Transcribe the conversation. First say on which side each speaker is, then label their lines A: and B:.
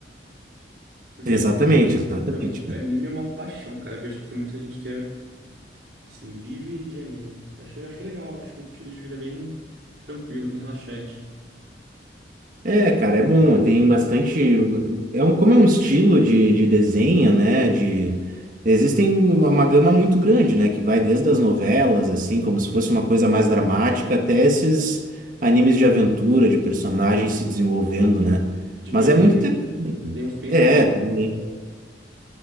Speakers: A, on the right; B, on the right.
A: Porque,
B: Exatamente, exatamente,
A: realmente,
B: cara.
A: anime é uma paixão, cara. Eu vejo que tem muita gente que é, assim, vive de anime. Eu acho, eu acho legal, acho um estilo de vida bem tranquilo, bem relaxante.
B: É, cara, é bom. Tem bastante. É um, como é um estilo de, de desenho, né? De existem uma gama muito grande, né? Que vai desde as novelas, assim, como se fosse uma coisa mais dramática, até esses animes de aventura, de personagens se desenvolvendo, né?
A: de violência.
B: Mas é muito interessante.
A: Tem uns bem
B: É,
A: violentos.
B: também.
A: né?